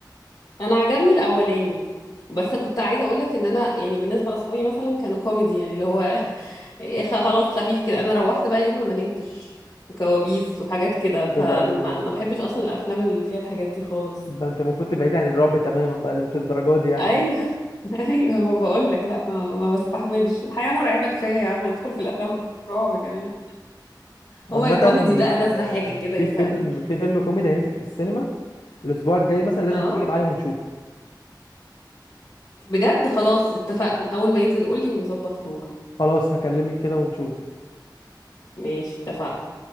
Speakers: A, on the left; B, on the left.
A: انا عجبني الاولاني بس كنت عايزه اقول لك ان انا يعني بالنسبه لاصحابي مثلا كانوا كوميدي يعني اللي هو <laughs> خ- خلاص خفيف كده انا روحت بقى يومها ما نمتش وكوابيس وحاجات كده فانا
B: ده ده ده,
A: ما ما بحبش اصلا الافلام اللي فيها الحاجات دي خالص
B: ده انت المفروض تبعد عن الرعب تماما بقى اللي مش الدرجات دي يعني
A: ايوه <laughs> ايوه ما بقول لك لا ما ما بستحملش الحياه مرعبه كفايه يا عم ندخل في الافلام رعب كمان
B: عامة
A: هو الكوميدي ده ألذ
B: آه،
A: حاجه كده
B: في
A: يسلي
B: فيلم في فيلم كوميدي
A: مم.
B: هينزل في السينما الاسبوع الجاي مثلا لازم
A: اه
B: تيجي معايا ونشوفه
A: بجد خلاص اتفقنا اول ما ينزل قولي ونظبط خروجه
B: خلاص هكلمك كده ونشوف
A: ماشي اتفقنا